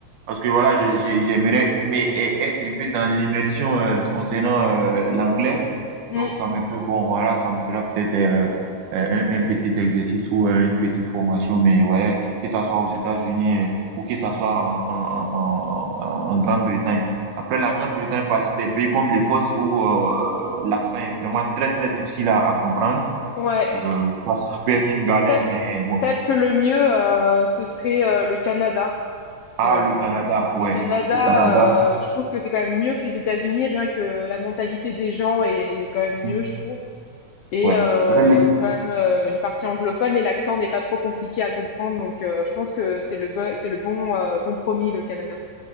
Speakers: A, on the right; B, on the left.
A: parce que voilà, j'ai- j'ai- j'aimerais mais e- être un peu dans l'immersion euh, concernant euh, l'anglais,
B: mm,
A: donc ça me fait bon, voilà, ça me fera peut-être euh, euh, un, un petit exercice ou euh, une petite formation, mais ouais, que ça soit aux États-Unis euh, ou que ça soit en, en, en, en en- en Grande-Bretagne. Après, la Grande-Bretagne participe des pays comme l'Écosse où euh, l'accent est vraiment très, très difficile à, à comprendre.
B: ouais.
A: Euh, ça, ça peut être une
B: Peut-être,
A: galère, mais bon.
B: peut-être que le mieux, euh, ce serait euh, le Canada.
A: Ah,
B: Euh,
A: le Canada,
B: le
A: ouais.
B: Canada,
A: Le Canada,
B: euh, je trouve que c'est quand même mieux que les États-Unis, rien que la mentalité des gens est quand même mieux,
A: hmm,
B: je trouve. Et
A: ouais.
B: heu,
A: Peut-être le-
B: ils ont quand même, heu, une partie anglophone et l'accent n'est pas trop compliqué à comprendre, donc heu, je pense que c'est le bo c'est le bon, heu, compromis, le Canada.